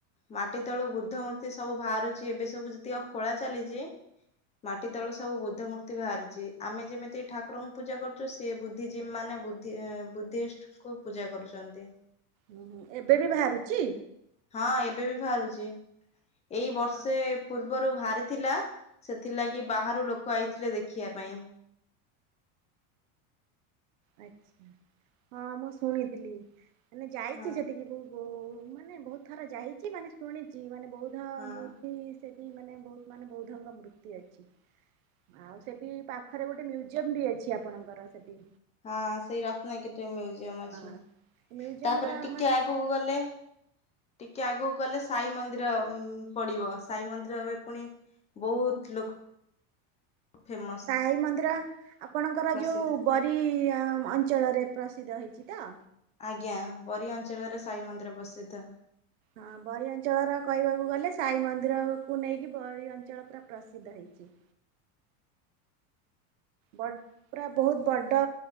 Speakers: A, on the left; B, on the right.
A: ମାଟି ତଳୁ ବୃଦ୍ଧ ମୂର୍ତ୍ତି ସବୁ ବାହାରୁଚି। ଏବେ ସବୁ ଯେତିକ ଖୋଳା ଚାଲିଚି ମାଟି ତଳୁ ସବୁ ବୁଦ୍ଧ ମୂର୍ ର୍ତ୍ତି ହାରିଚି ଆମେ ଯେମିତି ଠାକୁରଙ୍କୁ ପୂଜା କରୁଚେ ସିଏ ବୁଦ୍ଧିଜୀବୀ ମାନେ ବଦ୍ଧି ଉଁ ବୁଦ୍ଧିଷ୍ଟ ସ୍କୁ କୁ ପୂଜା କରୁଚନ୍ତି।
B: ଉଁ ହୁଁଏବେ ବି ବାହାରୁଚି?
A: ହଁ ଏବେ ବି ବାହାରୁଚି। ଏଇ ବର୍ଷେ
B: ହଁ
A: ପୂର୍ ର୍ବରୁ ଭାହାରିଥିଲା। ସେଥିଲାଗି ବାହାରୁ ଲୋକ ଆଇଥିଲେ ଦେଖିଆ ପାଇଁ।
B: ଆଚ୍ଛା। ହଁ ମୁଁ ଶୁଣିଥିଲି। ମାନେ ଯାଇଚି
A: ହଁ
B: ସେଠିକି ବୋ ଓ ମାନେ ବହୁତ ଥର ଯାଇଚି ମାନେ ଶୁଣିଚି ମାନେ ବୌଦ୍ଧ
A: ହଁ
B: ମୂର୍ତ୍ତି ସେଟି ମାନେ ବହୁତ୍ ମାନେ ବୌଦ୍ଧଙ୍କ ମୂର୍ତ୍ତି ଅଛି। ଆଉ ସେଟି ପାଖରେ ଗୋଟେ ମ୍ୟୁଜିୟମ ବି ଅଛି। ଆପଣଙ୍କର ସେଟି।
A: ହଁ ସେଇ ରତ୍ନଗିରି ଟେ ମ୍ୟୁଜିୟମ ଅଛି।
B: ହଁ ମ୍ୟୁଜିୟମ
A: ତାପରେ
B: ର
A: ଟିକେ
B: ମାନେ
A: ଆଗୁକୁ ଗଲେ ଟିକେ ଆଗୁକୁ ଗଲେ ସାଇ ମନ୍ଦିର ଉଁ ପଡିବ। ସାଇ ମନ୍ଦିର ଏବେ ପୁଣି ବହୁତ ଲୋକ୍ ଫେମସ୍।
B: ସାଇ ମନ୍ଦିର ଆପଣଙ୍କର
A: ପ୍ରସିଦ୍ଧ।
B: ଯୋଉ ବ ରୀ ଅ ମଞ୍ଚଳରେ ପ୍ରସିଦ୍ଧ ହେଇଚି ତ?
A: ଆଜ୍ଞା। ବରି ଅଞ୍ଚଳରେ ସାଇ ମନ୍ଦିର ପ୍ରସିଦ୍ଧ।
B: ହଁ ବରି ଅଞ୍ଚଳର କହିବାକୁ ଗଲେ ସାଇ ମନ୍ଦିରକୁ ନେଇକି ବରି ଅଞ୍ଚଳ ପୁରା ପ୍ରସିଦ୍ଧ ହେଇଚି। ବଡ୍ ପୁରା ବହୁତ ବଡ଼